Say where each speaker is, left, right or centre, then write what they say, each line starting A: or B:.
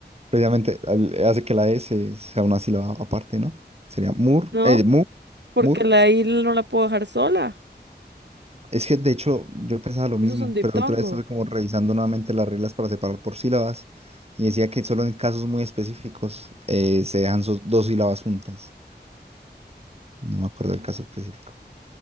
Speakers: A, on the right; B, on the right.
A: Precisamente al- hace que la E se- sea una sílaba aparte, ¿no? Sería mur,
B: No,
A: eh, mu,
B: porque
A: mur.
B: la I no la puedo dejar sola.
A: Es que de hecho yo pensaba lo mismo,
B: Eso es un diptongo.
A: pero la otra vez estuve como revisando nuevamente las reglas para separar por sílabas y decía que solo en casos muy específicos eh, se dejan sus dos sílabas juntas. No me acuerdo
B: Oh,
A: del caso específico.